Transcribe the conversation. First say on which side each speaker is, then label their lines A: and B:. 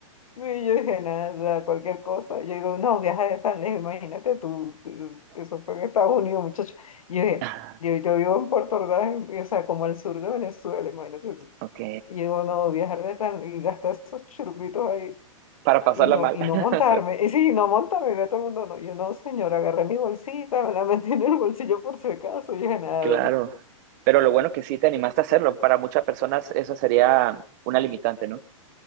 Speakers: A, on the left; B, on the right.
A: Y yo dije, nada, cualquier cosa. Yo digo, no, viaja de tan lejos, imagínate tú, tú, eso fue en Estados Unidos, muchacho. Y yo dije,
B: Ah,
A: yo, yo vivo en Puerto Ordaz, en- o sea, como al sur de Venezuela, imagínate tú.
B: Ok,
A: Y digo, no, viajar de tan, y gastar esos churritos ahí,
B: para pasarla
A: y no,
B: mal.
A: y
B: <laughs>
A: no montarme. Y sí, no montarme, y ve todo el mundo, no. Yo, no, señora, agarré mi bolsita, me la metí en el bolsillo por si acaso. Y yo dije, nada.
B: Claro. Pero lo bueno que sí te animaste a hacerlo. Para muchas personas eso sería una limitante, ¿no?